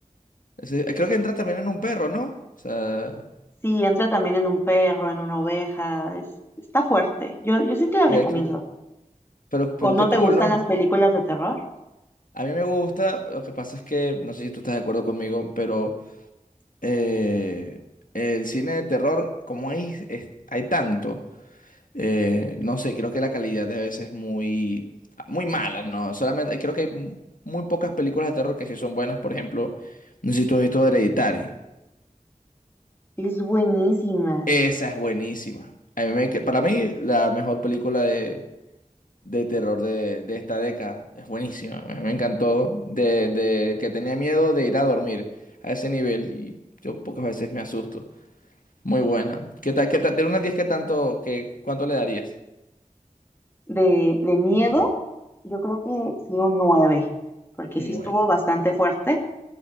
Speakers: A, on the left; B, on the left.
A: Ese- creo que entra también en un perro, ¿no? O sea,
B: Sí, entra también en un perro, en una oveja, es- está fuerte. Yo, yo sí te la
A: que-
B: recomiendo.
A: que- pero, pero
B: ¿O no
A: qué cool,
B: te gustan
A: ¿no?
B: las películas de terror?
A: A mí me gusta, lo que pasa es que, no sé si tú estás de acuerdo conmigo, pero eh, el cine de terror, como hay, es- hay tanto, eh, no sé, creo que la calidad de veces es muy, muy mala, ¿no? Solamente, creo que hay mu- muy pocas películas de terror que sí son buenas, por ejemplo, no sé si tú has visto Hereditary,
B: Es buenísima.
A: esa es buenísima. A mí me- para mí, la mejor película de de terror de, de esta década. Es buenísima, me, me encantó. De, de que tenía miedo de ir a dormir a ese nivel y yo pocas veces me asusto. Muy buena. ¿Qué tal, qué tal? De una a 10, ¿qué tanto, qué, cuánto le darías?
B: De, de miedo, yo creo que sí un 9 porque
A: Un
B: sí
A: 9.
B: estuvo bastante fuerte,